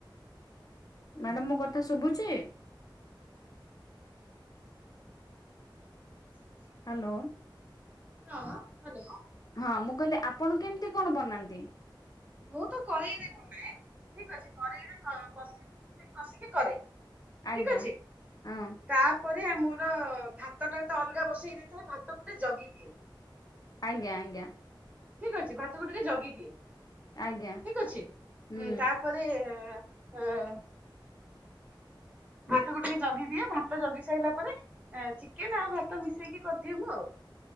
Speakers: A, on the left; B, on the right.
A: ମ୍ୟାଡ଼ମ୍ ମୋ କଥା ଶୁଭୁଛି?
B: <inaudible>
A: ହାଲୋ।
B: ହଁ ହାଲୋ।
A: ହଁ ମୁଁ କହିଲି ଆପଣ କେମ୍ତି କଣ ବନାନ୍ତି?
B: ମୁଁ ତ କରେଇରେ ବନାଏ, ଠିକ୍ ଅଛି କରେଇରେ କସି କସିକି କରେ।
A: ଆଜ୍ଞା,
B: ଠିକ ଅଛି।
A: ହଁ।
B: ତାପରେ ମୋର ଭାତଟା ତ ଅଲଗା ବସେଇ ଦେଇଥାଏ, ଭାତ ଗୋଟେ ଜଗିଦିଏ।
A: ଆଜ୍ଞା-ଆଜ୍ଞା।
B: ଠିକ୍ ଅଛି ଭାତକୁ ଟିକେ ଜଗିଦିଏ,
A: ଆଜ୍ଞା
B: ଠିକ୍ ଅଛି
A: ହୁଁ
B: ଉଁ ତା ପରେ <unintelligible> ଭାତକୁ ଟିକେ ଜଗିଦିଏ, ଭାତ ଜଗି ସାଇଲା ପରେ ଏ ଚିକେନ ଆଉ ଭାତ ମିଶେଇକି କରିଦିଏ ମୁଁ ଆଉ।